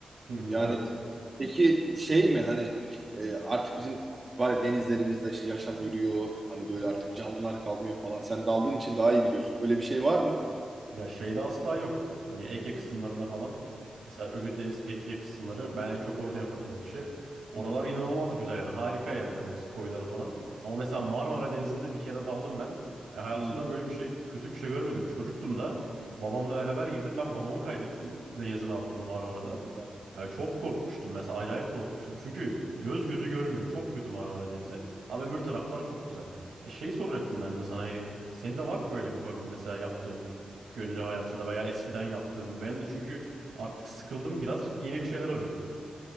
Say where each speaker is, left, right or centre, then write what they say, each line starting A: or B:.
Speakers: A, on the right; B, on the right.
A: Hı hı,
B: Yani
A: evet.
B: Peki şey mi hani e, artık bizim var ya denizlerimizde işte yaşam ölüyor. Hani böyle
A: Hı hı.
B: artık canlılar kalmıyor falan. Sen daldığın için daha iyi biliyorsun. Öyle bir şey var mı?
A: Ya şeyde asla yok. Hani Ege kısımlarında falan. Mesela Ölüdeniz, Fethiye kısımları ben en çok orada yaparım dalışı. Oralar
B: Hı hı.
A: inanılmaz güzel yani. Harika yerler orası koyları falan. Ama mesela Marmara Denizi'nde bir kere daldım ben. E, hayatımda
B: hı.
A: böyle bir şey, kötü bir şey görmedim. Çocuktum da babamla beraber girdim. Ben babamı kaybettim denizin altında Marmara'da.
B: Hadi ya.
A: Yani çok korkmuştum mesela acayip korkmuştum. Çünkü göz gözü görmüyor. Çok kötü Marmara Denizi. Ama öbür taraflar çok güzel. Ya şey soracaktım ben de sana hani senin de var mı böyle bir hobin mesela yaptığın güncel hayatında veya eskiden yaptığın? Ben de çünkü artık sıkıldım birazcık yeni bir şeyler arıyorum.